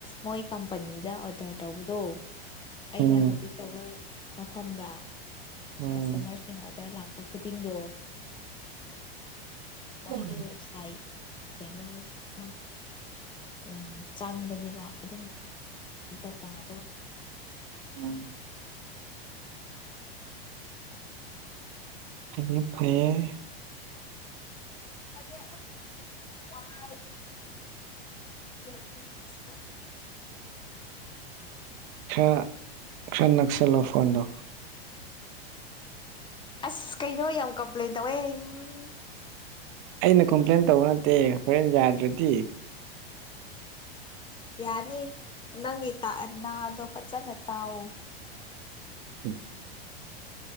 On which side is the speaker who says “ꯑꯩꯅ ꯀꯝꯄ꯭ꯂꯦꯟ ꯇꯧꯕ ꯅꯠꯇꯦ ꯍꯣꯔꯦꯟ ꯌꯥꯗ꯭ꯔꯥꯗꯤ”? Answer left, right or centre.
Right